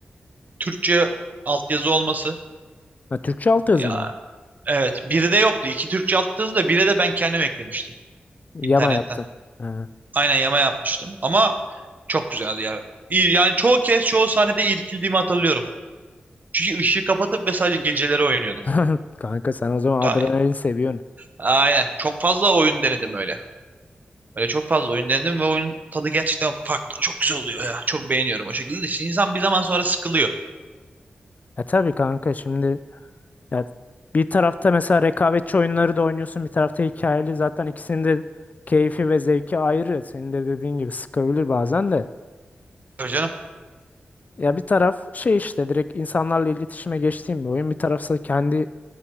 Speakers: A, on the right; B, on the left.
A: Türkçe altyazı olması.
B: Ha, Türkçe alt yazı
A: Ya
B: mı o?
A: evet, biri de yoktu. İki Türkçe altyazı da biri de ben kendim eklemiştim
B: Yama
A: internetten.
B: yaptın. Ha.
A: Aynen yama yapmıştım ama çok güzeldi ya. İyi- Yani çoğu kez çoğu sahnede irkildiğimi hatırlıyorum. Çünkü ışığı kapatıp ve sadece geceleri oynuyordum.
B: <laughs> Kanka sen o zaman
A: Ta-
B: adrenalin seviyorsun.
A: Aynen. Çok fazla oyun denedim öyle. Böyle çok fazla oyun denedim ve oyunun tadı gerçekten farklı. Çok güzel oluyor ya. Çok beğeniyorum o şekilde. de. İşte insan bir zaman sonra sıkılıyor.
B: E tabii kanka şimdi ya bir tarafta mesela rekabetçi oyunları da oynuyorsun bir tarafta hikayeli zaten ikisinin de keyfi ve zevki ayrı. Senin de dediğin gibi sıkabilir bazen de.
A: Tabii canım.
B: Ya bir taraf şey işte direkt insanlarla iletişime geçtiğim bir oyun bir tarafsa kendi